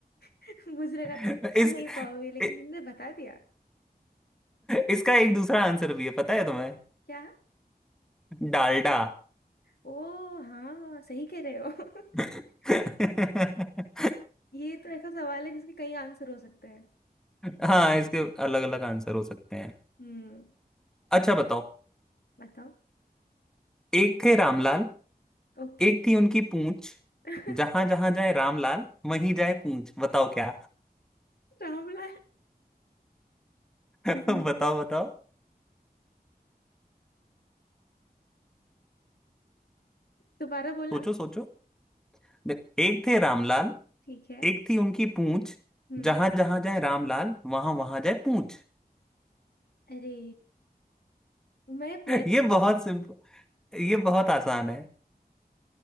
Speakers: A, on the left; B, in the centre.
A: <laughs> मुजरे
B: <laughs>
A: का तुम बता
B: इस
A: नहीं पाओगे लेकिन
B: इ,
A: तुमने बता दिया
B: इसका एक दूसरा आंसर भी है पता है तुम्हें
A: क्या
B: डालडा
A: ओ हाँ सही कह रहे हो <laughs>
B: <laughs>
A: ये तो ऐसा सवाल है जिसके कई आंसर हो सकते हैं
B: हाँ इसके अलग अलग आंसर हो सकते हैं
A: हम्म
B: अच्छा बताओ
A: बताओ
B: एक थे रामलाल
A: ओके
B: एक थी उनकी पूंछ
A: <laughs>
B: जहां जहां जाए रामलाल वहीं जाए पूंछ बताओ क्या
A: रामलाल
B: <laughs>
A: हम्म,
B: बताओ बताओ
A: दोबारा बोला
B: सोचो सोचो देख, एक थे रामलाल
A: ठीक है
B: एक थी उनकी पूंछ
A: हम्म
B: जहां जहां जाए रामलाल वहां वहां जाए पूंछ
A: अरे मैं
B: <laughs>
A: मैं
B: ये
A: खुद
B: बहुत सिंपल ये बहुत आसान है